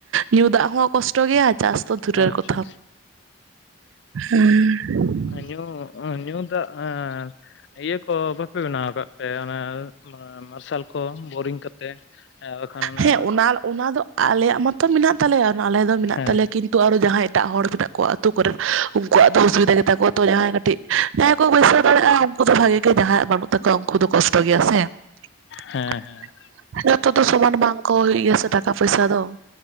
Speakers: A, on the right; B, on the left.
A: ᱧᱩ ᱫᱟᱜ ᱦᱚᱸ ᱠᱚᱥᱴᱚ ᱜᱮᱭᱟ ᱪᱟᱥ ᱫᱚ ᱫᱷᱩᱨᱮᱨ
B: ᱟᱪᱪᱷᱟ
A: ᱠᱚᱛᱷᱟ᱾ ᱦᱩᱸ᱾
B: ᱧᱩ ᱧᱩ ᱫᱟᱜ ᱮᱸ ᱤᱭᱟᱹ ᱠᱚ ᱵᱟᱯᱮ ᱵᱮᱱᱟᱣ ᱠᱟᱫ ᱯᱮ ᱚᱱᱮ ᱢᱟ ᱢᱟᱨᱥᱟᱞ? ᱠᱚ ᱵᱳᱨᱤᱝ ᱠᱟᱛᱮ ᱮ ᱵᱟᱠᱷᱟᱱ ᱚᱱᱟ
A: ᱦᱮᱸ ᱚᱱᱟ ᱫᱚ ᱟᱞᱮᱭᱟᱜ ᱢᱟᱛᱚ ᱢᱮᱱᱟᱜ ᱛᱟᱞᱮᱭᱟ ᱚᱱᱟ ᱟᱞᱮ ᱫᱚ ᱢᱮᱱᱟᱜ
B: ᱦᱮᱸ
A: ᱛᱟᱞᱮᱭᱟ
B: ᱦᱮᱸ
A: ᱠᱤᱱᱛᱩ ᱟᱨᱚ ᱡᱟᱦᱟᱸᱭ ᱮᱴᱟᱜ ᱦᱚᱲ ᱢᱮᱱᱟᱜ ᱠᱚᱣᱟ ᱟᱹᱛᱩ ᱠᱚᱨᱮᱫ ᱩᱱᱠᱩᱣᱟᱜ ᱫᱚ ᱚᱥᱩᱵᱤᱫᱟ ᱜᱮᱛᱟ ᱠᱚᱣᱟ ᱛᱚ ᱡᱟᱦᱟᱸᱭ ᱠᱟᱹᱴᱤᱡ ᱡᱟᱦᱟᱸᱭ ᱠᱚ ᱵᱟᱹᱭᱥᱟᱹᱣ ᱫᱟᱲᱮᱭᱟᱜᱼᱟ ᱩᱱᱠᱩ ᱫᱚ ᱵᱷᱟᱜᱮ ᱜᱮ ᱡᱟᱦᱟᱸᱭᱟᱜ ᱵᱟᱹᱱᱩᱜ ᱛᱟ ᱠᱚ ᱩᱱᱠᱩ ᱫᱚ ᱠᱚᱥᱴᱚ ᱜᱮᱭᱟ ᱥᱮ
B: ᱦᱮᱸ
A: <inaudible>
B: ᱦᱮᱸ
A: ᱡᱷᱚᱛᱚ ᱥᱚᱢᱟᱱ ᱵᱟᱝ ᱠᱚ ᱦᱩᱭᱩᱜ ᱜᱮᱭᱟ ᱥᱮ ᱴᱟᱠᱟ ᱯᱩᱭᱥᱟ ᱫᱚ᱾